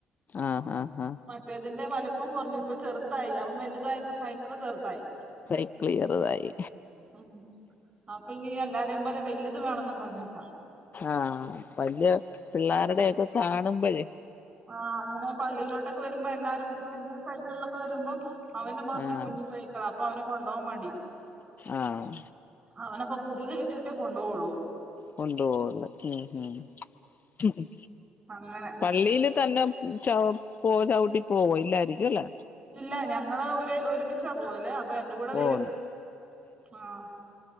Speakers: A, on the left; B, on the right.
A: ആഹ് ഹ ഹ ഹ
B: മറ്റേതിന്റെ വലിപ്പം കുറഞ്ഞു ഇപ്പൊ ചെറുതായി അവൻ വലുതായി ഇപ്പ സൈകിള് ചെറുതായി
A: സൈക്കിൾ ചെറുതായി
B: ഉം അപ്പൊ ഈ എല്ലാരെയും പോലെ വലുത് വേണമെന്നും പറഞ്ഞിട്ടാ
A: ആഹ് വലിയ പിള്ളേരുടൊക്കെ കാണുമ്പോഴേ
B: ആഹ്അങ്ങനെ പള്ളിയിലോട്ടൊക്കെ വരുമ്പോ എല്ലാരും വലിയ സൈക്കിളിലൊക്കെ വരുമ്പോ അവന് മാത്രം
A: ആഹ്
B: കുഞ്ഞു സൈക്കിള അപ്പൊ അവന് കൊണ്ടുപോവാൻ മടി
A: ആഹ്
B: അവനപ്പൊ പുതിയത് കിട്ടിയിട്ടേ കൊണ്ടോവൊള്ളു.
A: കൊണ്ടോവൊള്ള് ഉം ഉം ഹ് ഉം
B: അങ്ങനെ
A: പള്ളീൽ തന്നെ ച്ചവോ പോ ചവിട്ടി പോവോ ഇല്ലായിരിക്കു ല്ല?
B: ഇല്ല ഞങ്ങള് ഒര് ഒരുമിച്ചാ പോവല് അപ്പ എന്റെ കൂടെ
A: പോന്ന്
B: വെരും ആഹ്.